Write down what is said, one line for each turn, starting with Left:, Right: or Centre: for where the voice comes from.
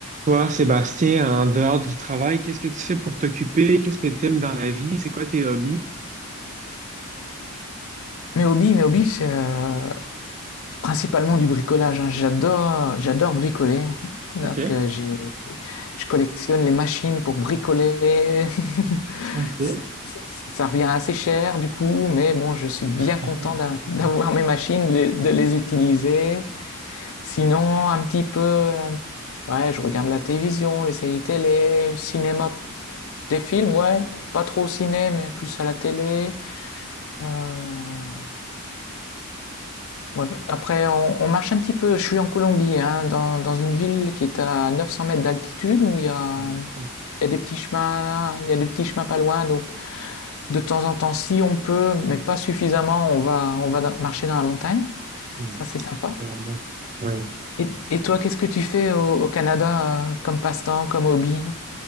Right: Toi, Sébastien, en dehors du travail, qu'est-ce que tu fais pour t'occuper? Qu'est-ce que tu aimes dans la vie? C'est quoi tes hobbies?
Left: Mes hobbies, mes hobbies, c'est euh, principalement du bricolage. hein. J'adore, j'adore bricoler. Donc,
Right: Ok,
Left: euh, j'ai, je collectionne les machines pour bricoler. <laughs>
Right: ok.
Left: Ça, ça- ça revient assez cher du coup, mais bon, je suis bien
Right: <laughs>
Left: content d'a- d'avoir mes machines, de de les utiliser. Sinon, un petit peu, euh, ouais, je regarde la télévision, les séries télé, cinéma, des films, ouais, pas trop au ciné, mais plus à la télé. Euh, Ouais, après, on, on marche un petit peu. Je suis en Colombie, hein, dans, dans une ville qui est à 900 mètres d'altitude où il y a,
Right: Ouais.
Left: il y a des petits chemins, il y a des petits chemins pas loin. Donc, de temps en temps, si on peut, mais pas suffisamment, on va, on va dans- marcher dans la montagne.
Right: Hmm.
Left: Ça, c'est sympa.
Right: Super bien. Ouais.
Left: Et, et toi, qu'est-ce que tu fais au, au Canada, euh, comme passe-temps, comme hobby?